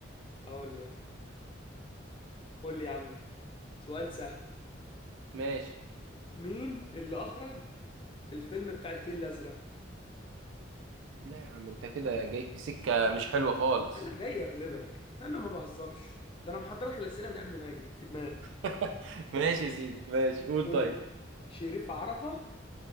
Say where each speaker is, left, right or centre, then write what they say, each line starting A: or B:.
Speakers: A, on the left (about 30°); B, on the right (about 75°).
A: اقول لك قول لي يا عم سؤال سهل
B: ماشي
A: مين اللي اخرج الفيلم بتاع الفيل الازرق
B: لا يا عم انت كده جاي في سكه مش حلوه خالص
A: انا جاي اغلبك انا ما بهزرش ده انا محضر لك الاسئله من قبل ما اجي في دماغي
B: <laughs> ماشي يا سيدي ماشي قول
A: قول
B: طيب
A: لي شريف عرفة